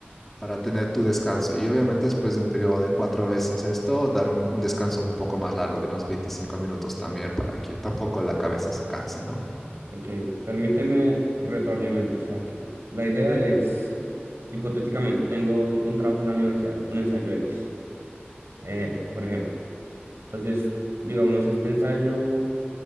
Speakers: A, in the centre; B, on the right.
A: para tener tu descanso. Y obviamente después de un periodo de cuatro veces esto, dar un, un descanso un poco más largo de unos 25 minutos también para que tampoco la cabeza se canse, ¿no?
B: Ok, permíteme retroalimento. O sea, la idea es, hipotéticamente, tengo un trabajo en la universidad, un ensayo X, eh, por ejemplo. Entonces, digamos, este ensayo,